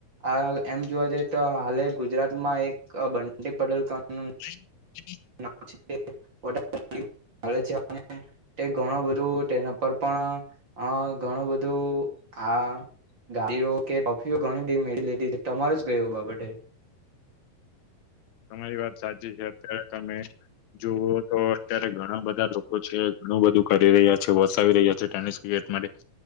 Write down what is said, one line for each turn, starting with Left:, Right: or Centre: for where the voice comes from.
Right: આ હાલ એમ જોવા જઈએ તો હાલે ગુજરાતમાં એક બંટી પડલ ગામનું
Left: <inaudible>
Right: <unintelligible> તે ઘણું બધું તેના પર પણ અ ઘણું બધું આ ગાડીઓ કે ટોફીઓ ઘણી બધી મેળી લીધી તમારે જ ગયો બાબતે?
Left: તમારી વાત સાચી છે અત્યારે તમે જોઓ તો અત્યારે ઘણા બધા લોકો છે ઘણું બધું કરી રહ્યા છે વસાવી રહ્યા છે ટેનિસ. ઉ એસ માટે